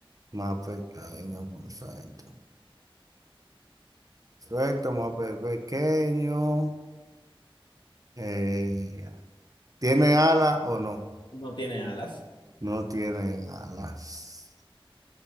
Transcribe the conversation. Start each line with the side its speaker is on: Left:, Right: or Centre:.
Right: Más pequeño, por santo. Suelto, más pe- pequeño. Eh, ¿tiene alas o no?
Left: No tiene alas.
Right: No tiene alas.